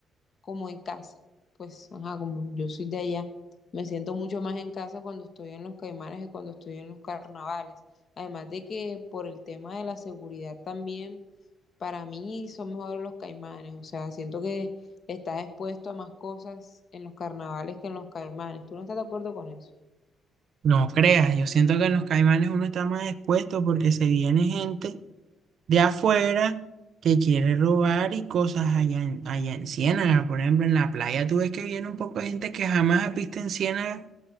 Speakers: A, on the left; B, on the right.
A: como en casa. Pues, ajá, como yo soy de allá, me siento mucho más en casa cuando estoy en los Caimanes que cuando estoy en los carnavales. Además de que por el tema de la seguridad también para mí son mejores los caimanes, o sea, siento que estás expuesto a más cosas en los carnavales que en los caimanes. ¿Tú no estás de acuerdo con eso?
B: No creas, yo siento que en los Caimanes uno está más expuesto porque se viene gente de afuera que quiere robar y cosas allá en, allá en Ciénaga. Por ejemplo, en la playa tú ves que viene un poco de gente que jamás has visto en Ciénaga